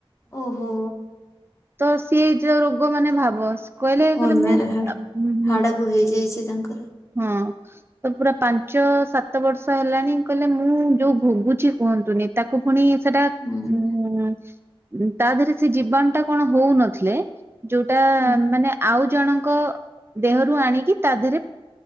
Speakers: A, on the left; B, on the right.
A: ଓହୋ!
B: ତ ସିଏ ଯୋଉ ରୋଗ ମାନେ ଭାବ କହିଲେ
A: ବୋନମେର
B: କହିଲେ ମୁଁ
A: ହାଡ
B: ହୁଁ ହୁଁ
A: ହାଡକୁ ହେଇଯାଇଛି। ତାଙ୍କ
B: ହଁ ତ ପୁରା ପାଞ୍ଚ ସାତ ବର୍ଷ ହେଲାଣି କହିଲେ ମୁଁ ଯୋଉ ଭୋଗୁଛି କୁ କୁହନ୍ତୁନି ତାକୁ ପୁଣି ସେଟା ଉଁ,
A: ହୁଁ
B: ଉଁ, ତା ଦେହରେ ସେ ଜୀବାଣୁ ଟା କଣ ହଉନଥିଲେ। ଯୋଉଟା
A: ହୁଁ
B: ମାନେ ଆଉ ଜଣଙ୍କ ଦେହରୁ ଆଣିକି ତା ଦେହରେ